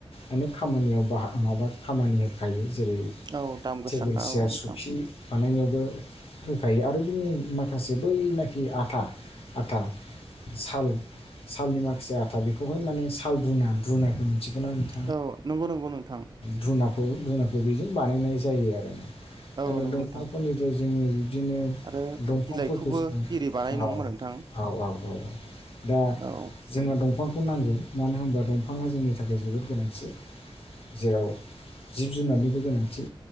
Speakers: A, on the left (about 80°); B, on the right (about 45°).
A: अनेख खामानियाव बाह माबा खामानि होखायो जेरै
B: औ दाम गोसाखा
A: टेबोल सियार
B: औ नोंथां
A: सफि बानायनायावबो होखायो आरो बिनि माखासे बैनाखि आथा आथा साल सालनि माखासे आथा बेखौहाय माने साल रुना रुनानायखौ मिथिगौोन आं होन
B: औ नंगौ नंगौ नोंथां
A: धुनाखौ धुनाखौ बेजों बानायनाय जायो आरो ना
B: औ
A: आरो
B: नंगौ
A: दंफांफोरनिफ्राय
B: नोंथां
A: जोङो बिदिनो
B: आरो
A: दंफांफोरखौ
B: बिलाइखौबो
A: जो
B: बिरि बानायो
A: औ औ
B: नङा होमबा नोंथां
A: औ औ औ दा
B: औ
A: जोंना दंफांखौ नांगौ मानो होनबा दफां बिफाङा जोंनि थाखाय जोबोद गोनांथि जेराव जिब जुनारनिबो गोनांथि